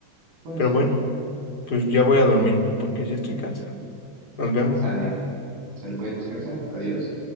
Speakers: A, on the right; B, on the left.
A: puede
B: pero
A: ser.
B: bueno, pues ya voy a dormirme porque ya estoy cansado. Nos vemos.
A: Sale. Sale, puedes descansar. Adiós.